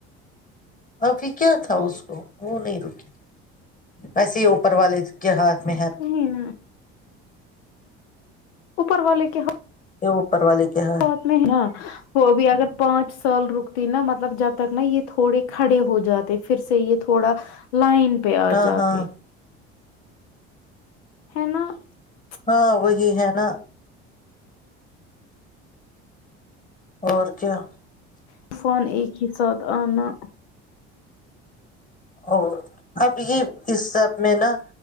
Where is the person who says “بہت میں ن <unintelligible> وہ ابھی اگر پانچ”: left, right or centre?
Left